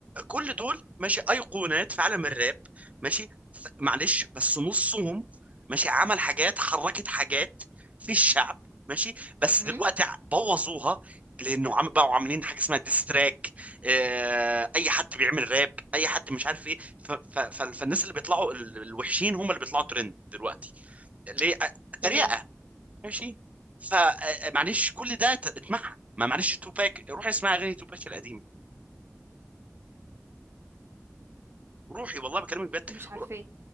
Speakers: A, on the right; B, on the right.
A: كل دول ماشي ايقونات في عالم الراب ماشي ف- معلش بس نصهم ماشي عمل حاجات حركت حاجات في الشعب ماشي بس
B: امم
A: دلوقتي ع- بوظوها لانه عم بقوا عاملين حاجه اسمها ديستراك آه، اي حد بيعمل راب اي حد مش عارف ايه ف- ف- ف- فالناس اللي بيطلعوا ال- الوحشين هم اللي بيطلعوا ترند دلوقتي ليه تريقه
B: تمام
A: ماشي فمعلش كل ده ت- اسمعها ما معلش توباك روح اسمع اغاني توباك القديمه روحي والله بكلمك بجد
B: مش عارفاه
A: رو-